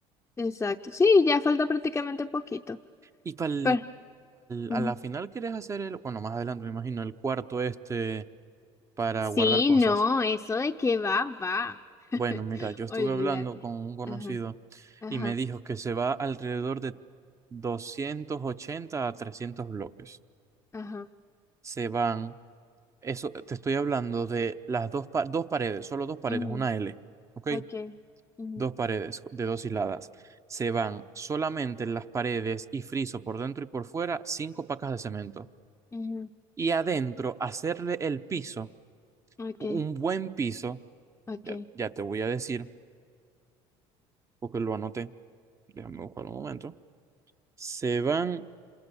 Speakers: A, on the left; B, on the right.
A: Exacto. Sí, ya falta prácticamente poquito.
B: Y para
A: Pero, mm,
B: a la final quieres hacer el, bueno, más adelante me imagino, el cuarto este para
A: Sí,
B: guardar cosas.
A: no, eso de que va, va. <laughs>
B: Bueno, mira, yo estuve
A: Olvídate.
B: hablando con un conocido
A: Ajá, ajá,
B: y me dijo que se va alrededor de 280 a 300 bloques.
A: ajá.
B: Se van, eso te estoy hablando de las dos, pa- dos paredes, solo dos paredes,
A: Ujú,
B: una L, ¿ok?
A: Ok. ujú,
B: Dos paredes de dos hiladas. Se van solamente las paredes y friso por dentro y por fuera, cinco pacas de cemento.
A: ujú,
B: Y adentro, hacerle el piso,
A: Ok,
B: un buen piso,
A: ok,
B: ya, ya te voy a decir, porque lo anoté, déjame buscar un momento. se van